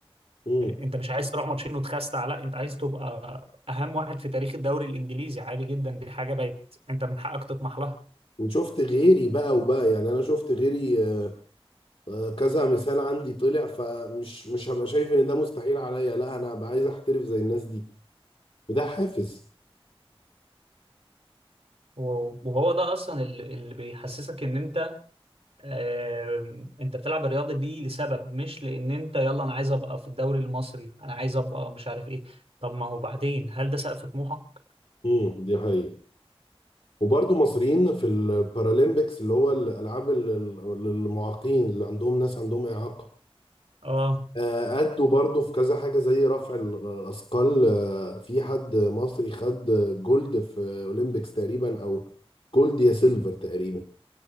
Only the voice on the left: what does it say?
امم
وشفت غيري بقى وبقى يعني انا شفت غيري آه، كذا مثال عندي طلع فمش مش هبقى شايف ان ده مستحيل عليا لا انا هبقى عايز احترف زي الناس دي وده حافز
امم دي حقيقة وبرضه مصريين في البارالمبيكس اللي هو الالعاب ال- ال- للمعاقين اللي عندهم ناس عندهم اعاقة
آه، أدوا برضه في كذا حاجة زي رفع الأثقال آه، في حد مصري خد جولد في أولمبيكس تقريبا أو جولد يا سيلفر تقريبا